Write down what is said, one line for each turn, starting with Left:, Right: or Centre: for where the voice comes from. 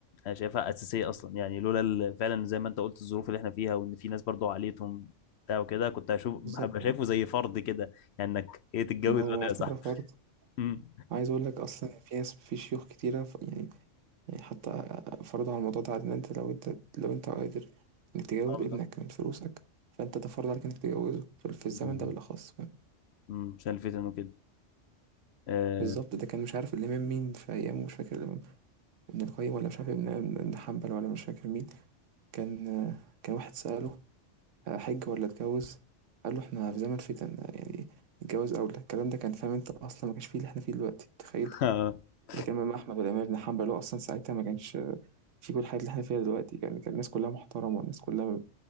Left: أنا شايفها أساسية أصلا يعني لولا ال- فعلا زي ما أنت قلت الظروف اللي إحنا فيها وإن في ناس برضو عليتهم بتاع وكده كنت هشوف
Right: بالظبط
Left: هبقى شايفه
Right: آه.
Left: زي فرض كده يعني إنك إيه تتجوز
Right: هو
Left: بدري
Right: على
Left: يا
Right: فكرة
Left: صاحبي
Right: فرض
Left: أمم.
Right: عايز اقول لك اصلا في ناس في شيوخ كتيرة ف- يعني يعني حتى فرضوا على الموضوع ده ان انت لو انت لو انت قادر انك تجوز
Left: أه بالظبط
Right: ابنك من فلوسك فانت ده فرض عليك انك تجوزه في في الزمن
Left: أمم.
Right: ده بالاخص فاهم؟
Left: أمم. عشان الفتن وكده آه
Right: بالظبط ده كان مش عارف الامام مين في ايامه مش فاكر الامام ابن القيم ولا مش عارف ابن ابن حنبل ولا مش فاكر مين كان آه، كان واحد سأله هحج ولا اتجوز قال له احنا في زمن فتن يعني اتجوز اولى الكلام ده كان فاهم انت اصلا ما كانش فيه اللي احنا فيه دلوقتي تخيل
Left: <laughs>
Right: لكن امام احمد والامام ابن حنبل هو اصلا ساعتها ما كانش في كل الحاجات اللي احنا فيها دلوقتي كان كان الناس كلها محترمه والناس كلها